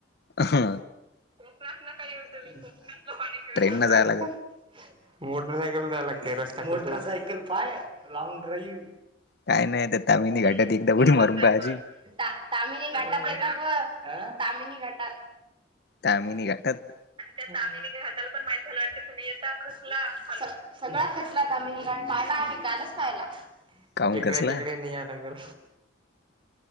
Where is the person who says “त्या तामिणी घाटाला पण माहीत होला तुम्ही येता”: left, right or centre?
Right